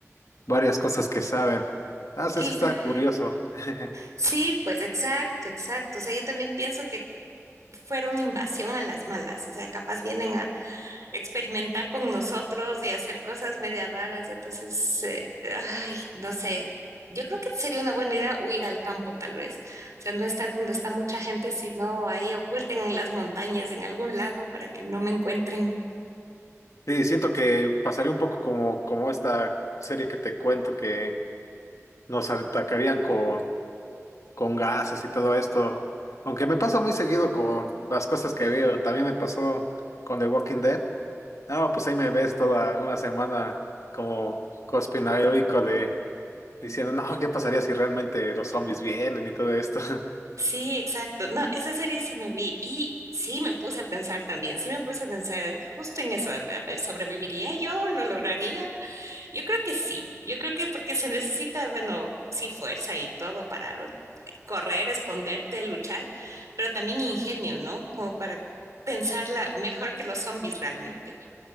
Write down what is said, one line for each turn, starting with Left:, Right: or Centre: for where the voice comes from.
Left: varias cosas que saben. No sé
Right: Claro.
Left: si está curioso. <laughs>
Right: Sí, pues exacto, exacto. O sea, yo también pienso que fuera una invasión a las malas. O sea, capaz vienen a experimentar con nosotros y hacer cosas media raras. Entonces, eh, ay, no sé. Yo creo que sería una buena idea huir al campo, tal vez. O sea, no estar donde está mucha gente, sino ahí oculten en las montañas, en algún lado, para que no me encuentren.
Left: Sí, siento que pasaría un poco como, como esta serie que te cuento que nos atacarían con con gases y todo esto. Aunque me pasa muy seguido con las cosas que veo. También me pasó con The Walking Dead. No, pues ahí me ves toda una semana como conspiranoico de diciendo, no, ¿qué pasaría si realmente los zombies vienen y todo esto? <laughs>
Right: Sí, exacto. No, esa serie sí me vi y sí me puse a pensar también, sí me puse a pensar justo en eso. A ver, ¿sobreviviría yo? ¿Lo lograría? Yo creo que sí. Yo creo que porque se necesita, bueno, sí, fuerza y todo para correr, esconderte, luchar, pero también ingenio, ¿no? Como para pensarla mejor que los zombies realmente,